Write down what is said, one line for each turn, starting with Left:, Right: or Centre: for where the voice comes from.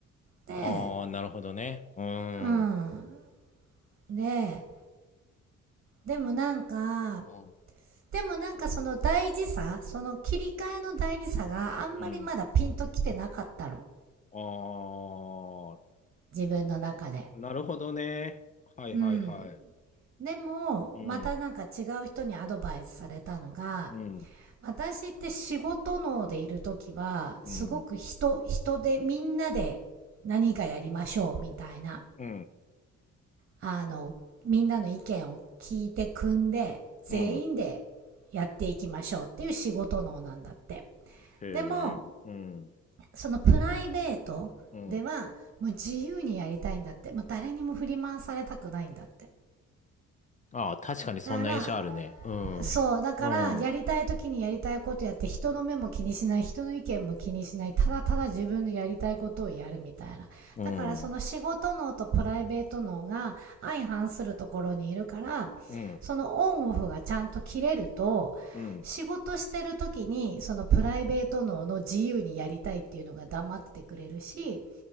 Right: で、
Left: ああ、なるほどね。うん。
Right: うん。
Left: う
Right: で、でもなんか、
Left: ん。
Right: でもなんかその大事さ、その切り替えの大事さがあんまりまだピンときてなかったの。
Left: うん。あ
Right: 自分の中で。
Left: あ、なるほどね。はいはいはい。
Right: うん。でも、
Left: うん、
Right: またなんか違う人にアドバイスされたのが、
Left: うん、
Right: 私って仕事能でいるときは、
Left: うん、
Right: すごく人、人でみんなで何かやりましょうみたいな、
Left: うん、
Right: あの、みんなの意見を聞いて組んで、全員でやっていきましょうっていう仕事能なんだって。
Left: うん。へえ、
Right: でも、
Left: うん、
Right: そのプライベートでは、
Left: うん。
Right: もう自由にやりたいんだって。もう誰にも振り回されたくないんだって。
Left: ああ、確かにそんな印象あるね。
Right: だから、
Left: うん、
Right: そう、だから、
Left: うん、
Right: やりたい時にやりたいことやって、
Left: うん、
Right: 人の目も気にしない、人の意見も気にしない、ただただ自分のやりたいことをやるみたいな。
Left: うん、
Right: だから、その仕事脳とプライベート脳が相反するところにいるから、
Left: うん、
Right: そのオンオフがちゃんと切れると、
Left: うん。
Right: 仕事してる時に、そのプライベート脳の自由にやりたいっていうのが黙っててくれるし、